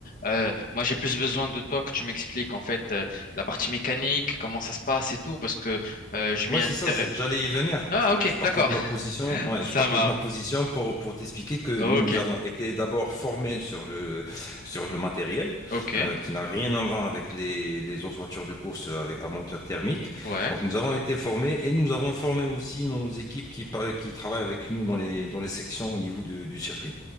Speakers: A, on the left; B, on the left.
A: euh, moi, j'ai plus besoin de toi que tu m'expliques, en fait, euh, la partie mécanique, comment ça se passe et tout, parce que euh, je
B: Ouais,
A: m'y intéresse.
B: c'est ça, c'est- j'allais y venir.
A: Ah,
B: Je
A: ok,
B: je partais
A: d'accord,
B: de
A: <laughs>
B: ma position, ouais,
A: ça
B: je partais
A: marche.
B: de ma position pour, pour t'expliquer que
A: Ok,
B: nous avons été d'abord formés sur le, sur le matériel,
A: ok,
B: euh, qui n'a rien à voir avec les, les autres voitures de course avec, à moteur thermique.
A: ouais.
B: Donc, nous avons été formés et nous avons formé aussi nos équipes qui, pa- qui travaillent avec nous dans les, dans les sections au niveau de- du circuit.